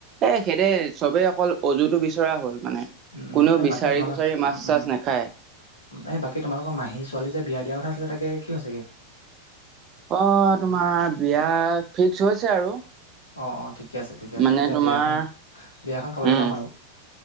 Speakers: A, on the right; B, on the left.
A: এ সেইদ চবেই অকল অজুতটো বিচৰা হ'ল মানে।
B: উম
A: কোনেও
B: উম এ
A: বিচাৰি
B: বাকী তোমাল
A: কুচাৰি মাছ
B: উম
A: চাছ
B: উম
A: নাখায়।
B: এই বাকী তোমালোকৰ মাহী ছোৱালী যে বিয়া দিয়া কথা আছিলে তাকে কি হৈছে কি
A: অ তোমাৰ বিয়া ফিক্স হৈছে আৰু
B: অঁ অঁ ঠিকে আছে ঠিকে আছে
A: মানে
B: তেতিয়া
A: তোমাৰ
B: বিয়াখন বিয়াখন খাবলৈ
A: উম
B: পাম আৰু